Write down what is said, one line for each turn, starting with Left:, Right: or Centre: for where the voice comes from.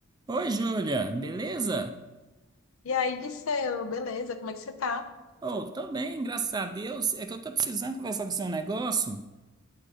Right: Oi, Júlia, beleza?
Left: E aí disse eu, beleza, como é que você tá?
Right: Oh, tô bem, graças a Deus. É que eu tô precisando conversar com você um negócio.